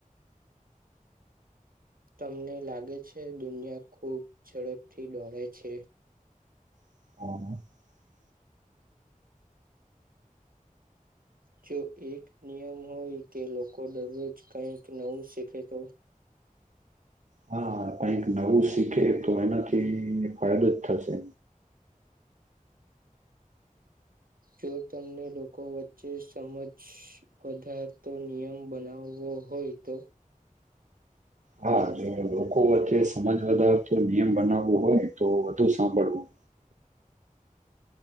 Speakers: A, on the right; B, on the right.
A: તમને લાગે છે દુનિયા ખૂબ ઝડપથી દોડે છે.
B: હ <unintelligible>
A: જો એક નિયમ હોય કે લોકો દરરોજ કંઈક નવું શીખે તો
B: હા કઈક નવું શીખે તો એનાથી ફાયદો જ થશે.
A: જો તમને લોકો વચ્ચે સમજસ્સ્ વધારતો નિયમ બનાવવો ઓ હોય તો
B: હા જો લોકો વચ્ચે સમજ વધારતો નિયમ બનાવવો હોય તો વધુ સાંભળવું
A: <inaudible>